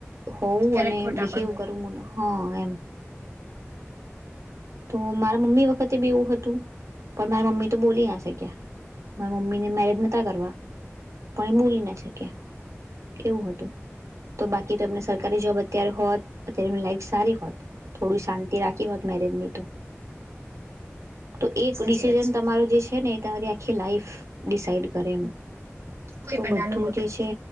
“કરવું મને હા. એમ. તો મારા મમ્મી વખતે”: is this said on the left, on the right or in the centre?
Right